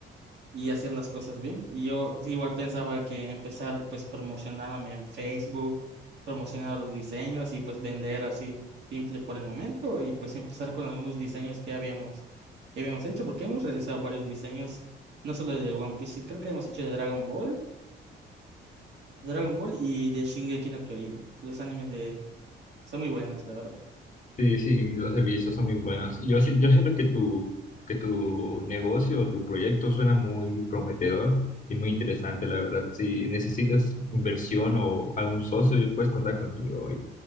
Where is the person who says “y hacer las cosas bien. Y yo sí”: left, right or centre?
Right